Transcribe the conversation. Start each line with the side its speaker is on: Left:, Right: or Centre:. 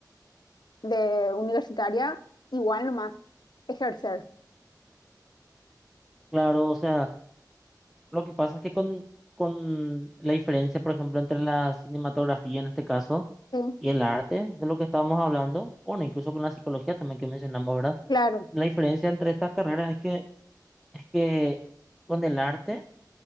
Left: de universitaria, igual nomás ejercer.
Centre: claro, o sea, lo que pasa es que con, con la diferencia, por ejemplo, entre la cinematografía en este caso,
Left: Sí,
Centre: y el arte de lo que estábamos hablando, bueno, incluso con la psicología también que mencionamos, ¿verdad?
Left: claro,
Centre: la diferencia entre estas carreras es que, es que con el arte